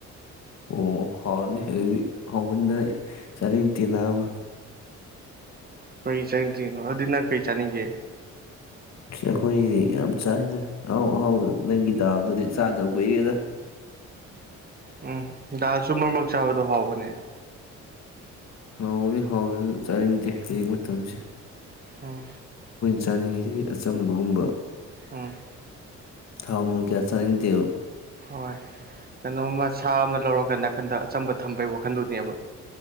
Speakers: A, on the left (about 60°); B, on the right (about 30°).
A: ꯑꯣ ꯍꯥꯎꯔꯅꯤ ꯑꯗꯨꯗꯤ ꯍꯥꯎꯃꯟꯗꯅ ꯆꯅꯤꯡꯇꯦ ꯅꯕꯥ
B: ꯀꯔꯤ ꯆꯥꯅꯤꯡꯇ꯭ꯔꯤꯅꯣ ꯑꯗꯨꯗꯤ ꯅꯪ ꯀꯩ ꯆꯥꯅꯤꯡꯒꯦ
A: ꯑꯈꯣꯏꯗꯤ ꯌꯥꯝ ꯆꯥꯏꯗ ꯑꯍꯥꯎ ꯑꯍꯥꯎꯕꯗ ꯅꯪꯒꯤ ꯗꯥꯜꯗꯨꯗꯤ ꯆꯥꯗꯕ ꯀꯨꯏꯔꯦꯗ
B: ꯎꯝ ꯗꯥꯜꯁꯨ ꯃꯔꯛ ꯃꯔꯛ ꯆꯥꯕꯗꯣ ꯍꯥꯎꯕꯅꯦ
A: ꯍꯥꯎꯕꯨꯗꯤ ꯍꯥꯎꯔꯁꯨ ꯆꯥꯅꯤꯡꯇꯦ ꯍꯧꯖꯤꯛ ꯃꯇꯝꯁꯤ
B: ꯑꯣ
A: ꯆꯥꯅꯤꯡꯉꯤꯁꯤꯗꯤ ꯑꯆꯝꯕꯒꯨꯝꯕ
B: ꯎꯝ
A: ꯊꯥꯎ ꯅꯨꯡ ꯀꯌꯥ ꯆꯥꯅꯤꯡꯗꯦꯕ
B: ꯍꯣꯏ ꯀꯩꯅꯣꯝꯃ ꯁꯥ ꯑꯃ ꯂꯧꯔꯒ ꯅꯥꯀꯟꯗ ꯑꯆꯝꯕ ꯊꯝꯕꯒꯤ ꯋꯥꯈꯟꯗꯨꯅꯦꯕ